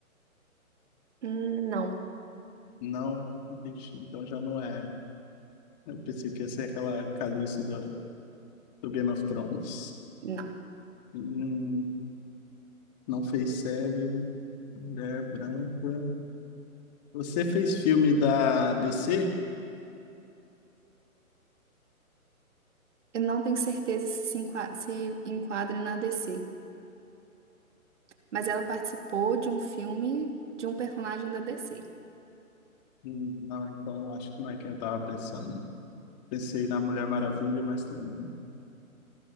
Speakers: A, on the right (about 50°); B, on the left (about 30°).
A: Hum, Não.
B: Não. Ixi, então já não é. Eu pensei que ia ser aquela Calice do, do Game of Thrones.
A: Não.
B: Hum. Não fez série, mulher branca. Você fez filme da DC?
A: Eu não tenho certeza se se enqua- se enquadra na DC. mas ela participou de um filme de um personagem da DC.
B: Hum, Não, então acho que não é quem eu tava pensando. Pensei na Mulher Maravilha, mas também não.